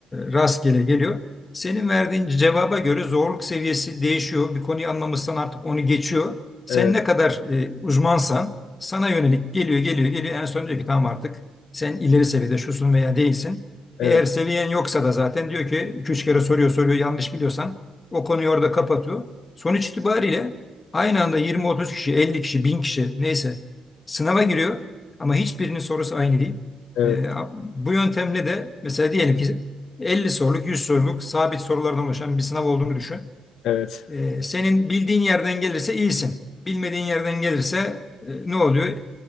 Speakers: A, on the left; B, on the left.
A: rastgele geliyor. Senin verdiğin cevaba göre zorluk seviyesi değişiyor. Bir konuyu anlamışsan artık onu geçiyor. Sen
B: evet,
A: ne kadar e, uzmansan sana yönelik geliyor, geliyor, geliyor. En son diyor ki tamam artık sen ileri seviyede şusun veya değilsin.
B: evet,
A: Eğer seviyen yoksa da zaten diyor ki 2-3 kere soruyor soruyor yanlış biliyorsan o konuyu orada kapatıyor. Sonuç itibariyle Aynı anda 20-30 kişi, 50 kişi, 1000 kişi neyse sınava giriyor ama hiçbirinin sorusu aynı değil.
B: evet,
A: Ee, bu yöntemle de mesela diyelim ki 50 soruluk, 100 soruluk sabit sorulardan oluşan bir sınav olduğunu düşün.
B: evet.
A: Ee, senin bildiğin yerden gelirse iyisin. Bilmediğin yerden gelirse e, ne oluyor?